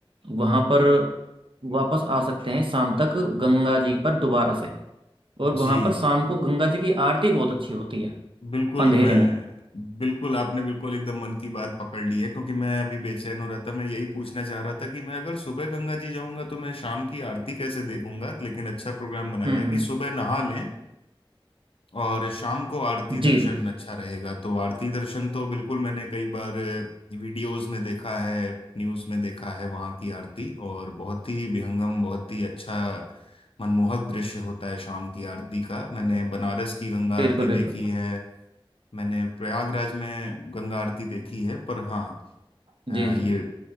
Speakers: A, on the right; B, on the left.
A: वहाँ पर वापस आ सकते हैं शाम तक गंगा जी पर दोबारा से और वहाँ
B: जी
A: पर शाम को गंगा जी की आरती बहुत अच्छी होती है
B: बिल्कुल
A: अंधेरे
B: मैं
A: में
B: बिल्कुल आपने बिल्कुल एकदम मन की बात पकड़ ली है क्योंकि मैं अभी बेचैन हो रहा था मैं यही पूछना चाह रहा था कि मैं अगर सुबह गंगा जी जाऊंगा तो मैं शाम की आरती कैसे देखूंगा लेकिन अच्छा प्रोग्राम बनाया
A: हम्म हम्म
B: कि सुबह नहा लें और शाम को आरती दर्शन
A: जी
B: अच्छा रहेगा तो आरती दर्शन तो बिल्कुल मैंने कई बार वीडियोस में देखा है न्यूज़ में देखा है वहाँ की आरती और बहुत ही विहंगम बहुत ही अच्छा मनमोहक दृश्य होता है शाम की आरती का मैंने बनारस की गंगा
A: बिल्कुल
B: आरती
A: बिल्कुल
B: देखी है मैंने प्रयागराज में गंगा आरती देखी है पर हाँ अ,
A: जी
B: ये
A: जी